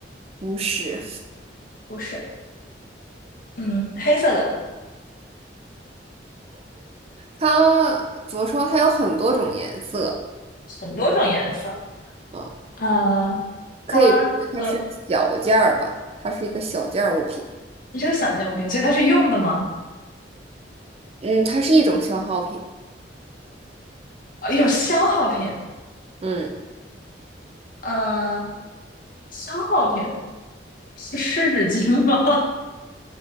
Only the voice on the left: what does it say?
不是。嗯，黑色的，
很多种颜色。
呃，
它可
这是个小件物品，所以它是用的吗？
呃一种消耗品。
呃，消耗品是湿纸巾吗？